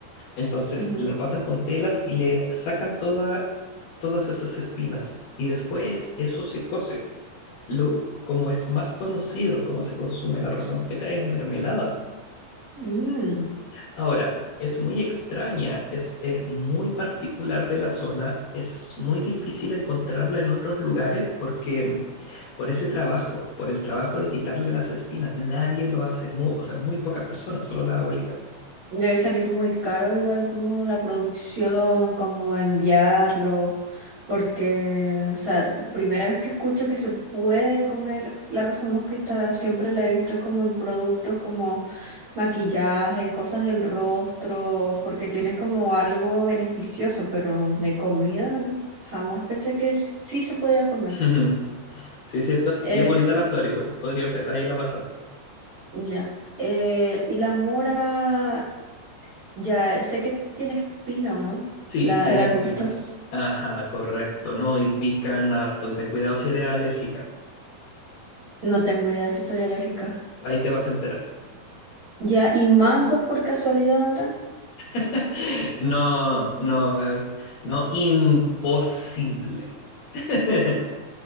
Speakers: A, on the left (about 70°); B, on the right (about 70°).
A: Entonces,
B: ujú.
A: la pasan con telas y le sacan toda, todas esas espinas. Y después eso se cose. Lo, como es más conocido, como se consume la rosa mosqueta, es mermelada.
B: Mm,
A: Ahora, es muy extraña, es, es muy particular de la zona, es muy difícil encontrarla en otros lugares porque mm, por ese trabajo, por el trabajo de quitarle las espinas, nadie lo hace, mu- o sea, muy pocas personas, solo la abuelita.
B: Debe salir muy caro, igual como la producción, como enviarlo, porque, o sea, primera vez que escucho que se puede comer la rosa mosqueta, siempre la he visto como en productos como maquillaje, cosas del rostro, porque tiene como algo beneficioso, pero de comida jamás pensé que sí se podía comer.
A: <laughs> Sí, cierto.
B: Eh,
A: Y es bonita la flor igual, podrías ver, ahí la vas a ver.
B: ya. Eh, y la mora, ya sé que tiene espina o no,
A: Sí,
B: la,
A: tiene
B: el arbusto.
A: espinas. Ajá, correcto, no, y pican harto, y ten cuidado si eres alérgica,
B: No tengo idea si soy alérgica.
A: ahí te vas a enterar.
B: Ya, ¿y mango por casualidad habrán?
A: <laughs> No, no, Gaby, no, imposible. <laughs>